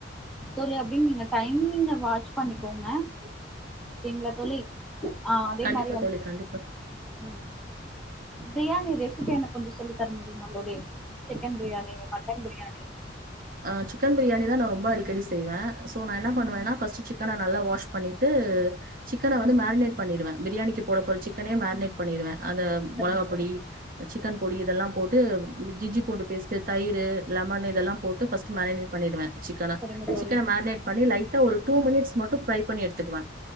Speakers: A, in the centre; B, on the right.
A: தோழி அப்டி நீங்க டைமிங்க வாட்ச் பண்ணிக்கோங்க ஓகேங் ல தோழி அதே
B: கண்டிப்பா
A: மாரி வந்து
B: தோழி, கண்டிப்பா.
A: ம் பிரியாணி ரெசிபி எனக்கு கொஞ்ச சொல்லி தர முடியுமா தோழி சிக்கன் பிரியாணி மட்டன் பிரியாணி
B: ஆ சிக்கன் பிரியாணி தா நா ரொம்ப அடிக்கடி செய்வே சோ நா என்ன பண்ணுவேன்னா பஸ்ட் சிக் சிக்கன நல்ல வாஷ் பண்ணிட்டு சிக்கன வந்து மேக்னேட் பண்ணிடுவே பிரியாணிக்கு போட போற சிக்கனயு மேக்னேட் பண்ணிருவே அந்த
A: சரிங்க
B: மொளகா
A: தோழி
B: பொடி சிக்கன் பொடி இதெல்லா போட்டு ஜிஜி பூண்டு பேஸ்ட் தயிரு லெமனு இதெல்லா போட்டு பர்ஸ்ட் மேரினேட் பண்ணிடுவே சிக்கன
A: சரிங்க தோழி
B: சிக்கன மேக்னேட் பண்ணி லைட்டா ஒரு டூ மினிட்ஸ் மட்டு ஃப்ரை பண்ணி எடுத்துகவே